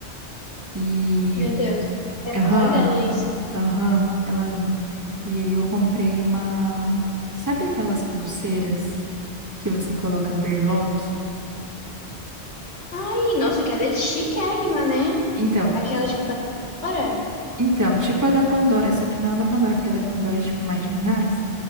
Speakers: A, on the right; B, on the left.
A: E.
B: Meu Deus, é a
A: Aham,
B: cara dela isso.
A: aham, ela ama. E aí, eu comprei uma. Sabe aquelas pulseiras que você coloca berlock?
B: Ai, nossa, aquela é chiquérrima, né?
A: Então,
B: Aquela, tipo, da hora.
A: Então, tipo a da Pandora, só que não a da Pandora, porque a da Pandora é tipo mais de mil reais.